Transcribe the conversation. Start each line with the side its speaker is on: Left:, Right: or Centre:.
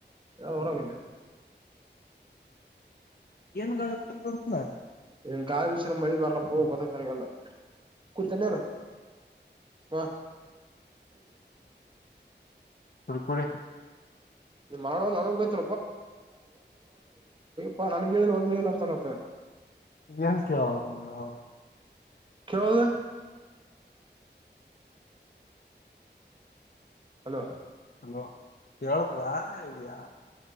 Right: ಹೊರೋಗಲ್ಲ
Left: ಏನ್ ಗಾ ಬಿಟ್ಟದಂತ
Right: ಎನ್ ಕಾದ ವಿಶರ ಮದ ಬರ್ಲ್ಲ ಕೊತ್ತ ತರಗಲ್ಲ ಕುಡತನ್ನರ ಹ
Left: ಕುಡಿ ಕುಡಿ
Right: ಮಾಡೋ ನನಗೆಯತ ಪ ನನಗೆ ಒಂದ ಅಂತತ್ತ
Left: ಏನ್ ಕೇಳಲ್ಲ ಅವನು
Right: ಕದು ಹಲೋ
Left: ಅಲೋ ಹೇಳುದ್ರಾ ಇದ್ಯಾಾ